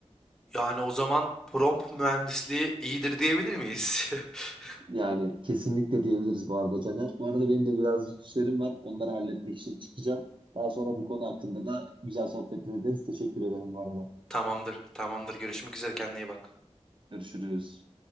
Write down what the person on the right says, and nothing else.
Yani kesinlikle diyebiliriz bu arada Caner. Bu arada benim de birazcık işlerim var. Onları halletmek için çıkacağım. Daha sonra bu konu hakkında da güzel sohbet ederiz. Teşekkür ederim bu arada.
Görüşürüz.